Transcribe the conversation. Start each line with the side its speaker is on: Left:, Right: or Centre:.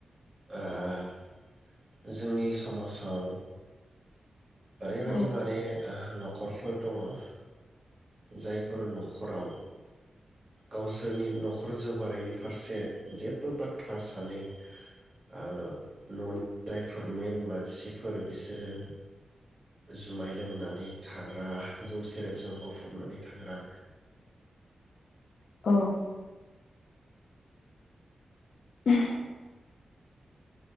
Right: ओ जोंनि समाजाव। ओरैबायदि
Left: औ
Right: माने ओ खरफोर दङ ओ जायफोर न'खराव। गावसोरनि नखर जौगानायनि फारसे जेबो बाथ्रा सानै ओ ननि जायफोर मेन मानसिफोर बिसोरो जुमाय लोंनानै थाग्रा। जौ सेरेबजों गफब हाबनानै थाग्रा।
Left: औ। <unintelligible>